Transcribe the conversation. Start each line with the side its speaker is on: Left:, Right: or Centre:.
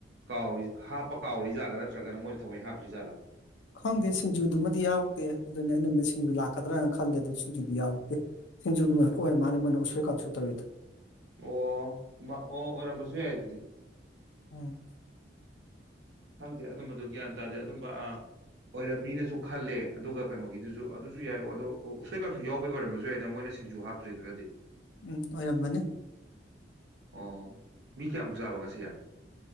Right: ꯑꯣ ꯀ ꯍꯥꯞꯄ ꯀꯥꯎꯔꯤꯖꯥꯠꯂꯥ ꯅꯠꯇ꯭ꯔꯒꯅ ꯃꯣꯏ ꯊꯋꯥꯏ ꯍꯥꯞꯇꯔꯤꯖꯥꯠꯂꯥ
Left: ꯈꯪꯗꯦ ꯁꯤꯡꯖꯨꯗꯨꯃꯗꯤ ꯌꯥꯎꯗꯦ ꯑꯗꯨꯅ ꯑꯩꯅꯗ ꯁꯤꯡꯖꯨ ꯂꯥꯛꯀꯗ꯭ꯔꯥꯅ ꯈꯜꯂꯦ ꯑꯗꯨ ꯁꯤꯡꯖꯨꯗꯤ ꯌꯥꯎꯛꯇꯦ ꯁꯤꯡꯖꯨꯒꯤ ꯃꯍꯨꯠ ꯑꯣꯏꯔ ꯃꯥꯜꯂꯦ ꯃꯣꯏꯅ ꯎꯁ ꯀꯥꯞꯁꯨ ꯇꯧꯔꯤꯗ
Right: ꯑꯣ ꯑꯣ ꯑꯣꯏꯔꯝꯕꯁꯨ ꯌꯥꯏ ꯑꯗꯨꯗꯤ
Left: ꯎꯝ
Right: ꯈꯪꯗꯦ ꯑꯗꯨꯝꯕꯗꯨꯣ ꯒ꯭ꯌꯥꯟ ꯇꯥꯗꯦ ꯑꯗꯨꯝꯕ ꯑ ꯑꯣꯏꯔꯝ ꯃꯤꯅꯁꯨ ꯈꯜꯂꯦ ꯑꯗꯨꯒ ꯀꯩꯅꯣꯒꯤꯗꯨꯁꯨ ꯑꯗꯨꯁꯨ ꯌꯥꯏ ꯑꯗꯣ ꯎꯁꯣꯏꯀꯥꯁꯨ ꯌꯥꯎꯕꯩ ꯑꯣꯏꯔꯝꯃꯁꯨ ꯌꯥꯏꯗꯅ ꯃꯣꯏꯅ ꯁꯤꯁꯨ ꯍꯥꯞꯇ꯭ꯔꯤꯗꯨꯅꯗꯤ
Left: ꯎꯝ ꯑꯣꯏꯔꯝꯕꯅꯤ
Right: ꯑꯣ ꯃꯤ ꯀꯌꯥꯃꯨꯛ ꯆꯥꯕ ꯉꯁꯤ